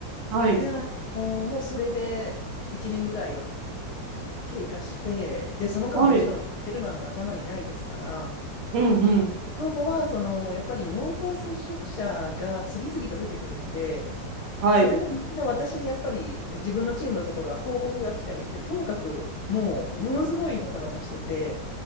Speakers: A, on the right (about 85°); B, on the left (about 70°).
A: はい。
B: で、あのもうそれで1年ぐらいを経過して、で、その間もちろんやってるなんて頭にないですから、
A: はい。うんうん。
B: その後はそのやっぱり濃厚接触者が次々と出てくるので、
A: はい。
B: それがみんな私にやっぱり自分のチームのところは報告が来たりして、ともかくもうものすごいバタバタしてて、
A: うん